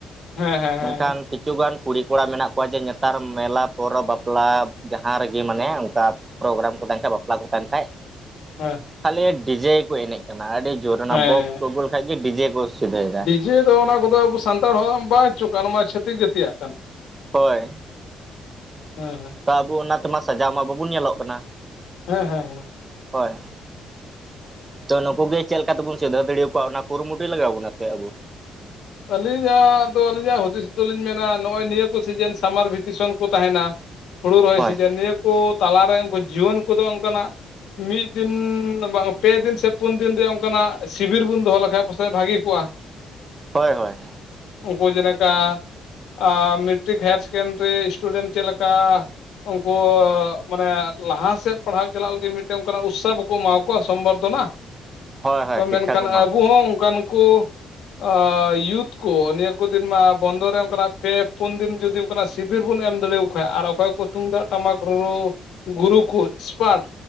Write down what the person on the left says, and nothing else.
ᱦᱮᱸ ᱦᱮᱸ ᱦᱮᱸ
᱾
ᱦᱮᱸ ᱾
ᱦᱮᱸ ᱦᱮᱸ
ᱪᱮᱫ ᱦᱚᱸ ᱚᱱᱟ ᱠᱚᱫᱚ ᱟᱵᱚ ᱥᱟᱱᱛᱟᱲ ᱦᱚᱲᱟᱜ ᱵᱟᱝ ᱪᱚ ᱠᱟᱱ ᱢᱟ ᱪᱷᱟᱹᱛᱤᱠ ᱡᱟᱹᱛᱤᱭᱟᱜ ᱠᱟᱱ᱾
ᱦᱮᱸ ᱦᱮᱸ ᱾
ᱦᱮᱸ ᱦᱮᱸ ᱦᱮᱸ ᱾
ᱟᱹᱞᱤᱧᱟᱜ ᱫᱚ ᱟᱹᱞᱤᱧᱟᱜ ᱦᱩᱫᱤᱥ ᱫᱚᱞᱤᱧ ᱢᱮᱱᱟ ᱱᱚᱜᱼᱚᱭ ᱱᱤᱭᱟᱹ ᱠᱚ ᱥᱤᱡᱮᱱ ᱥᱟᱢᱟᱨ ᱵᱷᱮᱠᱮᱥᱚᱱ ᱠᱚ ᱛᱟᱦᱮᱱᱟ ᱾ ᱦᱩᱲᱩ ᱨᱚᱦᱚᱭ
ᱥᱤᱡᱤᱱ, ᱱᱤᱭᱟᱹ ᱠᱚ ᱛᱟᱞᱟᱨᱮ ᱩᱝᱠᱩ ᱡᱩᱣᱟᱹᱱ ᱠᱚᱫᱚ ᱚᱝᱠᱟᱱᱟᱜ ᱢᱤᱫ ᱫᱤᱱ ᱵᱟᱝ ᱯᱮ ᱫᱤᱱ ᱥᱮ ᱯᱩᱱ ᱫᱤᱱ ᱨᱮᱭᱟᱜ ᱚᱝᱠᱟᱱᱟᱜ ᱥᱤᱵᱤᱨ ᱵᱚᱱ ᱫᱚᱦᱚ ᱞᱮᱠᱷᱟᱡ ᱯᱟᱥᱮᱡ ᱵᱷᱟᱜᱤ ᱠᱚᱜᱼᱟ ᱾
ᱩᱝᱠᱩ ᱡᱮᱞᱮᱠᱟ ᱟᱻ ᱢᱮᱴᱨᱤᱠ ᱦᱟᱭᱟᱨ ᱥᱮᱠᱮᱱᱰᱟᱨᱤ ᱥᱴᱩᱰᱮᱱᱴ ᱪᱮᱫ ᱞᱮᱠᱟ ᱳᱝᱠᱳ ᱢᱟᱱᱮ ᱞᱟᱦᱟᱥᱮᱜ ᱯᱟᱲᱦᱟᱣ ᱪᱟᱞᱟᱜ ᱞᱟᱹᱜᱤᱫ ᱢᱤᱫᱴᱮᱱ ᱚᱱᱠᱟᱱᱟᱜ ᱩᱛᱥᱟᱦᱚ ᱵᱟ ᱠᱚ ᱮᱢᱟ ᱠᱚᱣᱟ ᱥᱚᱝᱵᱚᱨᱫᱷᱚᱱᱟ,
ᱛᱚ
ᱢᱮᱱᱠᱷᱟᱱ
ᱟᱵᱚ
ᱦᱚᱸ ᱚᱝᱠᱟᱱ ᱠᱚ ᱟᱻ ᱤᱭᱩᱛ ᱠᱚ ᱱᱤᱭᱟᱹ ᱠᱚ ᱫᱤᱱ ᱢᱟ ᱵᱚᱱᱫᱚ ᱨᱮ ᱚᱝᱠᱟᱱᱟᱜ ᱯᱮ ᱯᱩᱱ ᱫᱤᱱ ᱡᱩᱫᱤ ᱚᱝᱠᱟᱱᱟᱜ ᱥᱤᱵᱤᱨ ᱵᱚᱱ ᱮᱢ ᱫᱟᱲᱮᱭᱟᱣ ᱠᱷᱚᱡ ᱟᱨ ᱚᱠᱚᱭ ᱠᱚ ᱛᱩᱢᱫᱟᱜ ᱴᱟᱢᱟᱠ ᱨᱩᱨᱩ ᱜᱩᱨᱩ ᱠᱩ ᱮᱥᱯᱟᱴ